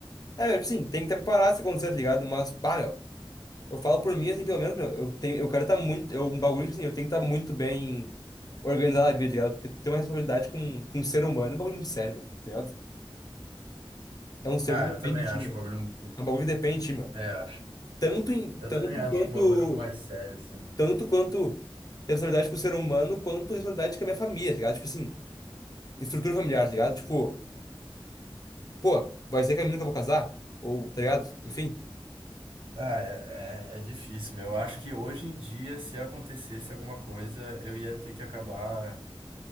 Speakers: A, on the left; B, on the right.
A: É, velho, sim, tem que estar preparado se acontecer, tá ligado? Mas, bah, meu, eu falo por mim, assim, pelo menos, meu, eu tenho, eu quero estar muito, eu, um bagulho, tipo assim, eu tenho que estar muito bem organizado na vida, tá ligado? Porque tu tem uma responsabilidade com, com um ser humano, é um bagulho muito sério, meu, tá ligado? É um ser
B: Ah,
A: que
B: eu
A: depende
B: também
A: de
B: acho
A: ti, meu.
B: o bagulho.
A: É um bagulho que depende de ti, meu.
B: É, acho.
A: Tanto em,
B: Eu
A: tanto
B: também acho
A: quanto,
B: o bagulho mais sério, assim.
A: tanto quanto responsabilidade com o ser humano, quanto responsabilidade com a minha família, tá ligado? Tipo assim, estrutura familiar, tá ligado? Tipo, pô, vai ser que a menina que eu vou casar? Ou, tá ligado? Enfim.
B: Ah, é, é, é difícil, meu. Eu acho que hoje em dia, se acontecesse alguma coisa, eu ia ter que acabar